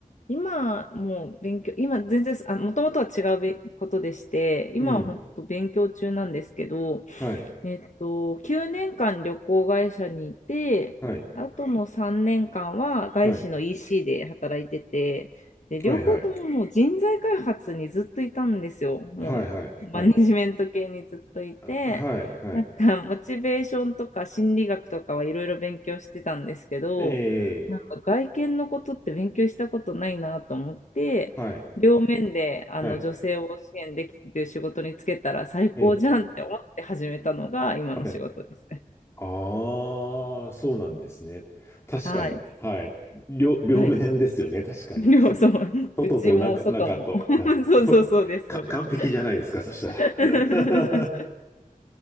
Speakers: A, on the left (about 60°); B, on the left (about 20°).
A: 今もう勉強、今全然、あ、もともとは違うべことでして、今は本当勉強中なんですけど、
B: うん。はい、
A: えっと、9年間旅行会社にいて、
B: はい、
A: あとの3年間は外資の
B: はい、
A: EC で働いてて、で、両方とももう人材開発にずっといたんですよ。
B: はい、はい、
A: もうマネジメント系にずっといて、
B: はい、はい、はい、あはい、はい。
A: なんかモチベーションとか心理学とかはいろいろ勉強してたんですけど、
B: ええ、
A: なんか外見のことって勉強したことないなと思って、
B: はい、
A: 両面であの女性を支援できるっていう仕事につけたら最高じゃんって思って始めたのが今の仕事ですね。
B: はい、ええ、はい。ああ、そうなんですね。確かに。
A: はい。
B: はい。両、両面ですよね。
A: はい。
B: 確かに。
A: 両そう、
B: そ、外と中、
A: うちも外も。
B: 中と。
A: <laughs>
B: はい。
A: そうそうそうです、
B: <laughs> か、
A: そうです。
B: 完璧じゃないですか、そしたら。
A: <laughs>
B: <laughs>